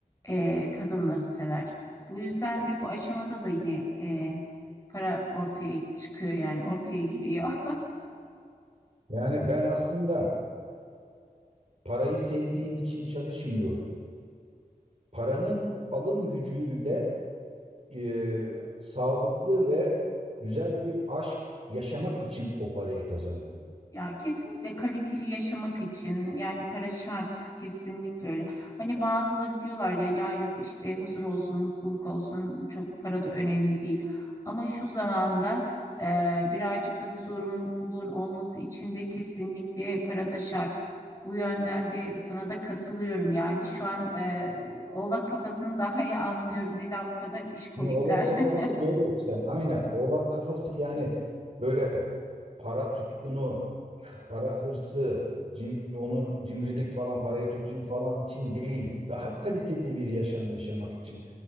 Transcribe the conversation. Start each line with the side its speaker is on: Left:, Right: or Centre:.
Left: e, kadınları sever. Bu yüzden de bu aşamada da yine e, para ortaya çıkıyor yani ortaya giriyor.
Right: Yani ben aslında parayı sevdiğim için çalışmıyorum. paranın alım gücüyle e, sağlıklı ve güzel bir aşk yaşamak için o parayı kazanıyorum.
Left: Ya kesinlikle kaliteli yaşamak için yani para şart kesinlikle öyle. Hani bazıları diyorlar ya ya yok işte huzur olsun, mutluluk olsun çok para da önemli değil. Ama şu zamanda e, birazcık da huzurun, mutluluğun olması için de kesinlikle para da şart. Bu yönden de sana da katılıyorum yani şu an e, oğlak kafasını daha iyi anlıyorum. Neden bu kadar işkolikler?
Right: Şimdi oğlak kafası
Left: <laughs>
Right: böyle işte. Aynen. Oğlak kafası yani böyle para tutkunu, para hırsı, cim, onu cimrilik falan parayı tutayım falan için değil. Daha kaliteli bir yaşam yaşamak için.